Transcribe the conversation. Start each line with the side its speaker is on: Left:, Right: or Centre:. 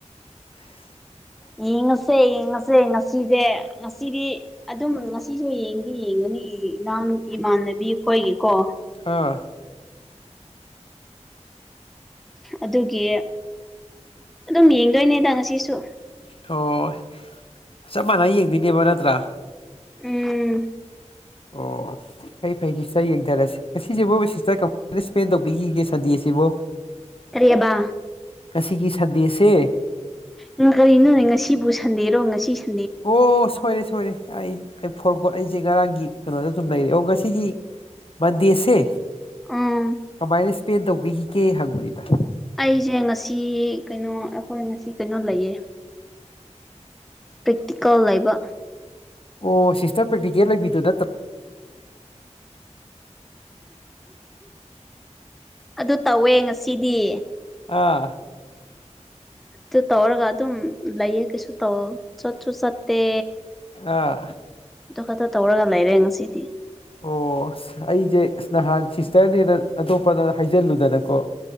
Left: <unintelligible>
Centre: ꯌꯦꯡꯉꯁꯦ ꯌꯦꯡꯉꯁꯦ ꯉꯁꯤꯖꯦ ꯉꯁꯤꯗꯤ ꯑꯗꯨꯝ ꯉꯁꯤꯁꯨ ꯌꯦꯡꯗꯤ ꯌꯦꯡꯒꯅꯤ ꯏ ꯏꯅꯥꯎꯅꯨꯄꯤ ꯏꯃꯥꯟꯅꯕꯤ ꯈꯣꯏꯒꯤꯀꯣ
Left: ꯍꯥ
Centre: ꯑꯗꯨꯒꯤ ꯑꯗꯨꯝ ꯌꯦꯡꯗꯣꯏꯅꯤꯗ ꯉꯁꯤꯁꯨ
Left: ꯊꯣꯑꯣ ꯆꯞ ꯃꯥꯟꯅ ꯌꯦꯡꯗꯣꯏꯅꯦꯕ ꯅꯠꯇ꯭ꯔꯥ
Centre: ꯎꯝ
Left: ꯑꯣ ꯐꯩ ꯐꯩ ꯒꯤꯁꯩ ꯌꯦꯡꯗꯔꯁꯤ ꯉꯁꯤꯁꯤꯕꯨ ꯁꯤꯁꯇꯔ ꯀꯃꯥꯏꯅ ꯏꯁꯄꯦꯟ ꯇꯧꯕꯤꯈꯤꯒꯦ ꯁꯟꯗꯦꯁꯤꯕꯣ
Centre: ꯀꯔꯤꯑꯕꯥ
Left: ꯉꯁꯤꯒꯤ ꯁꯟꯗꯦꯁꯦ
Centre: ꯎꯝ ꯀꯔꯤꯅꯣꯅꯦ ꯉꯁꯤꯕꯨ ꯁꯟꯗꯦꯔꯣ ꯉꯁꯤ ꯁ
Left: ꯑꯣ ꯁꯣꯏꯔꯦ ꯁꯣꯏꯔꯦ ꯑꯩꯏꯠ ꯑꯩ ꯐꯣꯔꯒꯣ ꯑꯩꯖꯦ ꯉꯔꯥꯡꯒꯤ ꯀꯅꯣꯗ ꯑꯗꯨꯝ ꯂꯩꯔꯦ ꯑꯣ ꯉꯁꯤꯒꯤ ꯃꯟꯗꯦꯁꯦ
Centre: ꯑꯥ
Left: ꯀꯃꯥꯏꯅ ꯏꯁꯄꯦꯟ ꯇꯧꯕꯤꯈꯤꯒꯦ ꯍꯪꯕ ꯅꯤꯗ
Centre: ꯑꯩꯁꯦ ꯉꯁꯤ ꯀꯩꯅꯣ ꯑꯈꯣꯏ ꯉꯁꯤ ꯀꯟꯅꯣ ꯂꯩꯌꯦ ꯄ꯭ꯔꯤꯛꯇꯤꯀꯜ ꯂꯩꯕ
Left: ꯑꯣ ꯁꯤꯁꯇꯔ ꯄ꯭ꯔꯦꯛꯇꯤꯀꯦꯜ ꯂꯩꯕꯤꯗꯣ ꯅꯠꯇ꯭ꯔꯥ
Centre: ꯑꯗꯣ ꯇꯧꯋꯦ ꯉꯁꯤꯗꯤ
Left: ꯑꯥ
Centre: ꯑꯗꯨꯨ ꯇꯧꯔꯒ ꯑꯗꯨꯝ ꯂꯩꯌꯦ ꯀꯩꯁꯨ ꯇꯧ ꯆꯠꯁꯨ ꯆꯠꯇꯦ
Left: ꯑꯥ
Centre: ꯑꯗꯨ ꯈꯛꯇ ꯇꯧꯔꯒ ꯂꯩꯔꯦ ꯉꯁꯤꯗꯤ
Left: ꯑꯣ ꯑꯩꯖꯦ ꯅꯍꯥꯟ ꯁꯤꯁꯇꯔꯅꯦꯅ ꯑꯇꯣꯞꯄꯗ ꯍꯥꯏꯖꯤꯜꯂꯨꯗꯅꯀꯣ